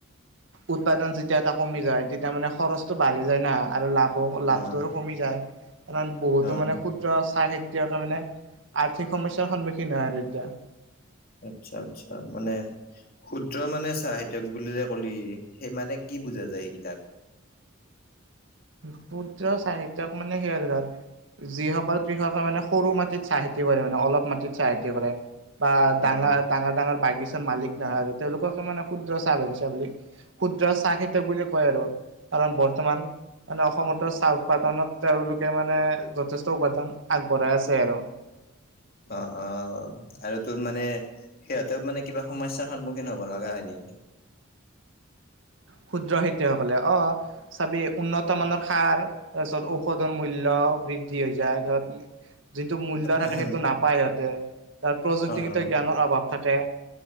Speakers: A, on the right (about 65°); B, on the left (about 45°).
A: উৎপাদন যেতিয়া এটা কমি যায় তেতিয়া মানে খৰচটো বাঢ়ি যায় না আৰু লাভো লাভটো
B: অ',
A: কমি যায় কাৰণ বহুতো
B: অ',
A: মানে ক্ষুদ্ৰ চাহ খেতিয়কে মানে আৰ্থিক সমস্যাৰ সন্মুখীন হয় আৰু এতিয়া।
B: আচ্ছা আচ্ছা মানে ক্ষুদ্ৰ মানে চাহ খেতিয়ক বুলি যে কলি সেই মানে কি বুজা যায় সেইকেইতাক?
A: ক্ষুদ্ৰ চাহ খেতিয়ক মানে সেই আৰু ধৰ যিসকল কৃষকে মানে সৰু মাটিত চাহ খেতি কৰে মানে অলপ মাটিত চাহ খেতি কৰে। বা ডাঙৰ
B: অ',
A: ডাঙৰ ডাঙৰ বাগিছাৰ মালিক নহয় আৰু তেওঁলোকক মানে ক্ষুদ্ৰ চাহ বাগিছা বুলি ক্ষুদ্ৰ চাহ খেতিয়ক বুলি কয় আৰু কাৰণ বৰ্তমান মানে অসমত চাহ উৎপাদনত তেওঁলোকে মানে যথেষ্ট অৱদান আগবঢ়াই আছে আৰু।
B: অঁহহহ আৰু তোৰ মানে সিহঁতেও মানে কিবা সমস্যাৰ সন্মুখীন হব লগা হয় নেকি?
A: ক্ষুদ্ৰ খেতিয়কসকলে, অঁ। চাবেই উন্নত মানৰ সাৰ তাৰপিছত ঔষধৰ মূল্য বৃদ্ধি হৈ যায় ধৰক যিটো মূল্য থাকে
B: অ',
A: সেইটো নাপায় সিহঁতে। তাৰ প্ৰযুক্তিগৃত
B: অ',
A: জ্ঞানৰ অভাৱ থাকে।